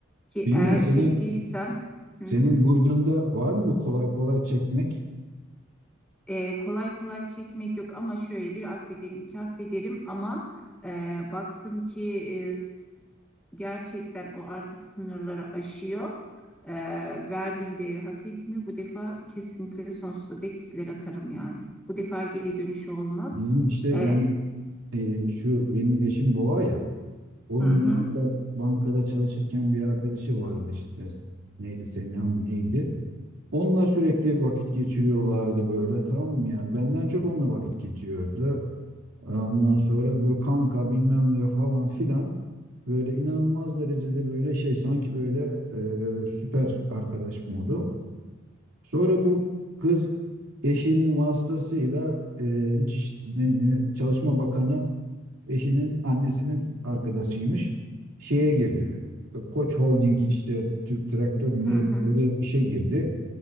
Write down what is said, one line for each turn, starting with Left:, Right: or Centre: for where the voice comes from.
Centre: Ki
Right: Bilmiyorum
Centre: eğer
Right: senin
Centre: çektiysem, hı
Right: Senin
Centre: hı.
Right: burcunda var mı kolay kolay çekmek?
Centre: E, kolay kolay çekmek yok ama şöyle bir affederim, iki affederim ama e, baktım ki e, s- gerçekten o artık sınırları aşıyor. E, verdiğim değeri hak etmiyor. Bu defa kesinlikle sonsuza dek siler atarım yani. Bu defa geri dönüşü olmaz.
Right: Bizim işte
Centre: E,
Right: ben e, şu benim eşim boğa ya. Onun
Centre: hı
Right: mesela
Centre: hı,
Right: bankada çalışırken bir arkadaşı vardı işte. Neydi Semiha mı neydi? Onunla sürekli vakit geçiriyorlardı böyle tamam mı yani? Benden çok onunla vakit geçiyordu. Ondan sonra böyle kanka bilmem ne falan filan. Böyle inanılmaz derecede böyle şey sanki böyle e, süper arkadaş modu. Sonra bu kız eşinin vasıtasıyla e, İç- ne- ne- Çalışma Bakanı eşinin annesinin arkadaşıymış. Şeye girdi. E, Koç Holding işte Türk Traktör mü
Centre: hı
Right: ne
Centre: hı,
Right: oraya işe girdi.